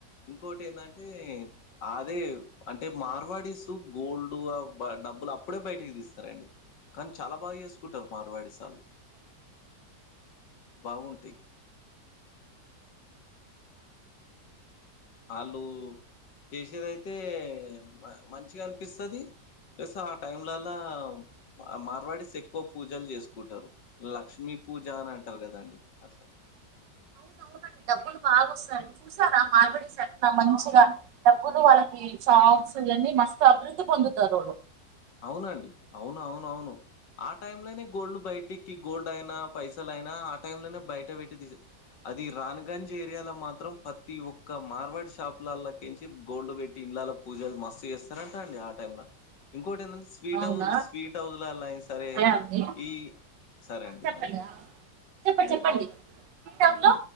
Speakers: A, on the left (about 85°); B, on the right (about 90°).
A: ఇంకోటి ఎందంటే అదే అంటే మార్వాడిసు గోల్డ్ ఆ బా డబ్బులు అప్పుడే బయటికి తీస్తారండి కానీ చాలా బాగా చేసుకుంటారు మార్వాడిస్ వాళ్లు బాగుంటాయి ఆళ్ళు చేసేదైతే మ మంచిగా పిస్తుంది ఆ టైంలల అ మార్వాడిస్ ఎక్ ఎక్కువ పూజలు చేసుకుంటారు లక్ష్మీ పూజ అని అంటారు కదండి అట్లా
B: అవునువును డబ్బులు బాగా వస్తాయి చూసారా మార్బడిస్ ఎట్లా మంచిగా డబ్బులు వాళ్ళకి చాక్ అసలు ఎన్ని మస్తు అభివృద్ధి పొందుతారు వాళ్ళు
A: అవునండి అవును అవున అవును ఆ టైమ్ లోనే గోల్డ్ బయటకి గోల్డ్ అయినా పైసల్ అయినా ఆ టైం లోనే బయట పెట్టి తీ అది రాన్గంజ్ ఏరియాలో మాత్రం ప్రతి ఒక్క మార్గ బటి షాప్లల్ల కించి గోల్డ్ పెట్టి ఇంలాల పూజలు మస్తు చేస్తారంటా అండి ఆ టైంలా ఇంకోటి ఎందన్ స్వీట్
B: అవునా
A: హౌస్ స్వీట్ హౌస్లలో అయినా సరే
B: అండి ఆ,
A: ఈ సరే అండి
B: చెప్పండి
A: మళ్ళీ
B: ఆ, చెప్పండి చెప్పండి స్వీట్ హౌస్ లో